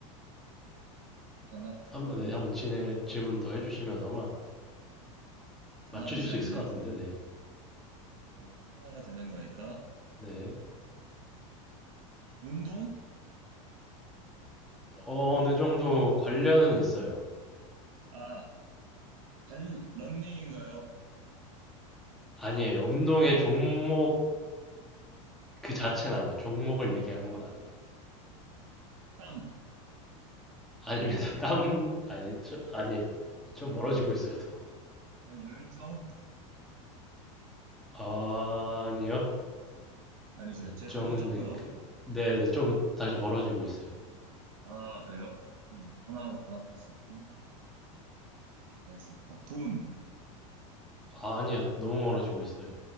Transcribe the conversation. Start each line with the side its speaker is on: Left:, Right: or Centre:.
Right: 단합을,
Centre: 한번, 네, 한번 진행해, 질문 더 해주시면 아마
Right: 단합이
Centre: 맞추실
Right: 잘
Centre: 수 있을
Right: 되는,
Centre: 것 같은데, 네.
Right: 거, 어, 하나가 되는 거니까.
Centre: 네,
Right: 운동?
Centre: 어, 어느 정도 관련은 있어요.
Right: 아, 달, 런닝인가요?
Centre: 아니에요. 운동의 종목 그 자체는 아니에요. 종목을 얘기하는 건 아니에요.
Right: 땀,
Centre: 아닙니다. <laughs> 땀, 아니, 저, 아니에요. 좀 멀어지고 있어요,
Right: 열,
Centre: 또.
Right: 아, 열정?
Centre: 아, 아니요.
Right: 아니죠.
Centre: 열정,
Right: 제가 잘못 접근하고.
Centre: 네, 그,
Right: 있-
Centre: 네, 네, 좀 다시 멀어지고 있어요.
Right: 아, 그래요? 음, 하나로 단합할 수 있고, 이렇게 될 수 있다. 돈.
Centre: 아, 아니요. 너무 멀어지고 있어요.